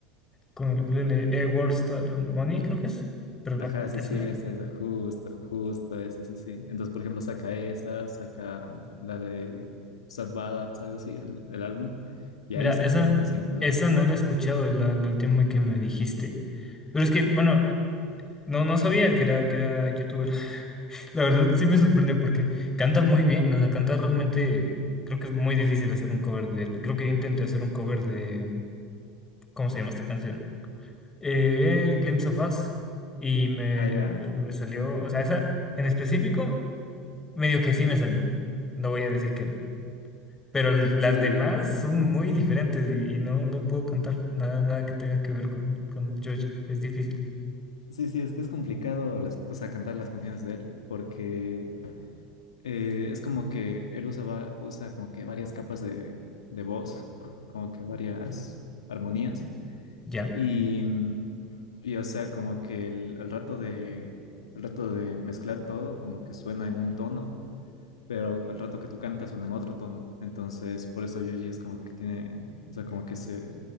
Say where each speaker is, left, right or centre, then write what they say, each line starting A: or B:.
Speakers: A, on the left; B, on the left.
A: con el ukulele, eh, World Star Money, creo que es. Pero no,
B: Ajá, sí,
A: esa
B: sí,
A: no.
B: es esa, justo, justo esa, sí, sí. Entonces, por ejemplo, saca esa, saca la de Sad Ballads, algo así, el, el álbum, y
A: Mira,
B: ahí sacas
A: esa,
B: luego Dancing in the Dark.
A: esa no la he escuchado, la, la última que me dijiste. Pero es que, bueno, no, no sabía que era, que era youtuber. <laughs> La verdad sí me sorprende porque canta muy bien. O sea, canta realmente. Creo que es muy difícil hacer un cover de él. Creo que yo intenté hacer un cover de. ¿Cómo se llama esta canción? eh, Glimpse of Us y me,
B: Ah, ya.
A: me salió, o sea, esa en específico, medio que sí me salió. No voy a decir que no. Pero l- las
B: Sí,
A: demás son muy diferentes y, y no, no puedo contar nada, nada que tenga que ver con, con Joji. Es difícil.
B: sí, sí, es que es complicado las- o sea, cantar las canciones de él, porque eh, es como que él usa, va- usa como que varias capas de, de voz, como que varias armonías,
A: ¿Ya?
B: y mm, Y o sea, como que el- al rato de, al rato de mezclar todo, como que suena en un tono, pero al rato que tú cantas suena en otro tono. Entonces, por eso Yoji es como que tiene, o sea, como que ese,